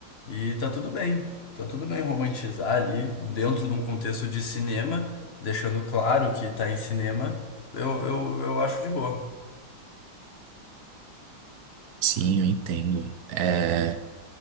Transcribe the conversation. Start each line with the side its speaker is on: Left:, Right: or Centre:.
Left: e tá tudo bem. Tá tudo bem romantizar ali dentro de um contexto de cinema, deixando claro que tá em cinema, eu, eu, eu acho de boa.
Right: Sim, eu entendo. É,